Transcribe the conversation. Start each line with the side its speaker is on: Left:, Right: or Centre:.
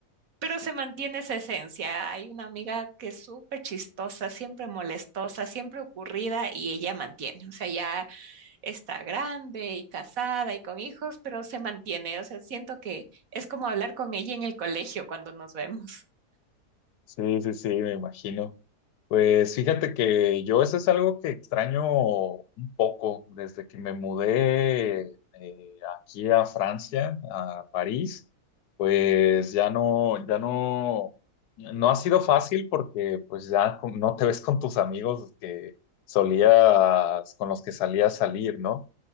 Right: pero se mantiene esa esencia. Hay una amiga que es súper chistosa, siempre molestosa, siempre ocurrida y ella mantiene. O sea, ya está grande y casada y con hijos, pero se mantiene. O sea, siento que es como hablar con ella en el colegio cuando nos vemos.
Left: Sí, sí, sí, me imagino. Pues fíjate que yo eso es algo que extraño un poco desde que me mudé eh, aquí a Francia, a París, pues ya no, ya no, no ha sido fácil porque pues ya con- no te ves con tus amigos que solías, con los que salías a salir, ¿no?